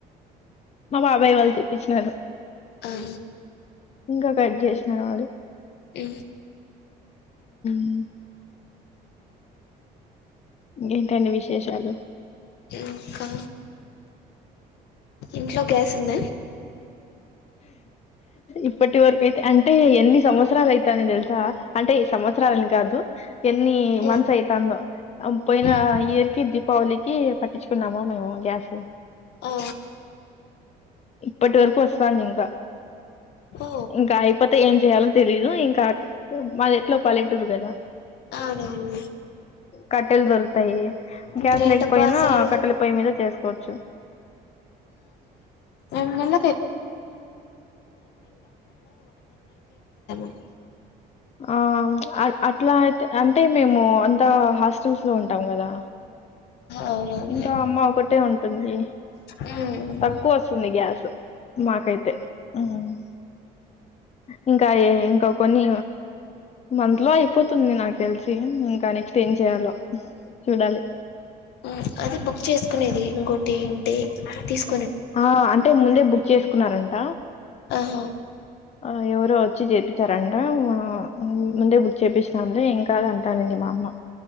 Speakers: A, on the left (about 40°); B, on the left (about 80°).
A: మా బాబాయ్ వాళ్ళు తెప్పించినను
B: ఆహా
A: ఇంకా కట్ చేసినారు వాళ్ళు
B: ఏ
A: ఉ ఇంకేంటండి విశేషాలు
B: ఇంకా ఇంట్లో గ్యాస్ ఉంద
A: ఇప్పటి వరకుయితే అంటే ఎన్ని సంవత్సరాలు అయితాంది తెలుసా అంటే సంవత్సర కాదు ఎన్ని
B: ఉమ్
A: మంత్స్ అయితుందో పోయిన
B: ఉమ్
A: ఇయర్ కి దీపావళికి తెచ్చుకున్నామా మేము గ్యాస్
B: ఆ
A: ఇప్పటి వరకు ఒస్తంది ఇంకా
B: ఓ
A: ఇంకా అయిపోతే ఏం చేయాలో తెలీదు ఇంకా మాది ఎట్లో పలె టూరు కదా
B: అవునవును
A: కట్టెలు దొరుకుతాయి గ్యాస్
B: గ్రేట్
A: లేకపోయినా
B: అబ్బా అసలు
A: కట్టెల పొయ్యి మీద చేసుకోచ్చు
B: ఎమ్మనీ <unintelligible>
A: ఆ అట్లాయితే అంటే మేము అంతా హాస్టల్స్ లో ఉంటాం కదా
B: అవునవునులే
A: ఇంకా అమ్మ ఒకటే ఉంటుంది
B: మ్మ్
A: తక్కువ వస్తుంది గ్యాస్ నాకైతే మ్ <inaudible> ఇంకా ఇ ఇంకా కొన్ని మంత్ లో అయిపోతుంది నాకు తెలిసి ఇంకా నెక్స్ట్ తే ఏం చేయాలో చూడాలి.
B: ఉమ్ అది బుక్ చేసుకునేది ఇంకోటి ఏంటి తీస్క్
A: ఆ అంటే ముందే బుక్ చేసుకున్నారంట
B: ఆహా
A: ఆ ఎవరో వచ్చి చేపిచ్చారంట హ్మ్ ముందే బుక్ చేపిచినాంలే ఏంకాదు అంటానండి మామ్ మ